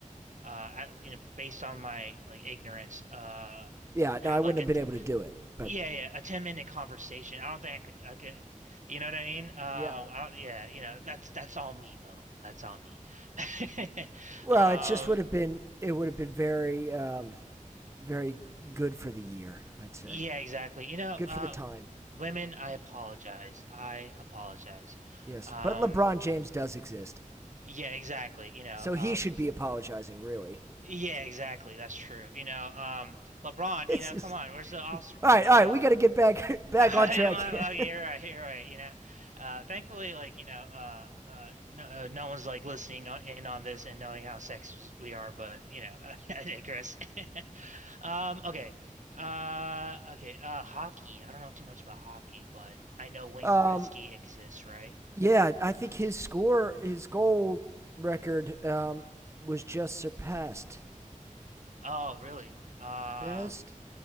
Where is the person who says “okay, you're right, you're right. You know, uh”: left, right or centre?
Right